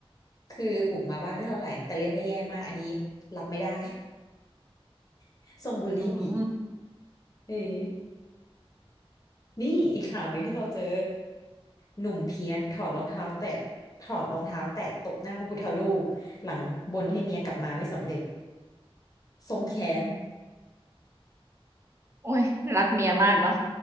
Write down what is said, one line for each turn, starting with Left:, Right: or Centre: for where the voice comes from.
Left: คือบุกมาบ้านไม่เท่าไหร่แต่เล่นได้แย่มากอันนี้รับไม่ได้ <laughs> ทรงบูลลี่หมี
Right: อืม
Left: เออ นี่อีกข่าวหนึ่งที่เราเจอหนุ่มเพี้ยนถอดรองเท้าแตะถอดรองเท้าแตะตบหน้าพระพุทธรูปหลังบนให้เมียกลับมาไม่สำเร็จทรงแขน
Right: โอ้ยรักเมียมากเนาะ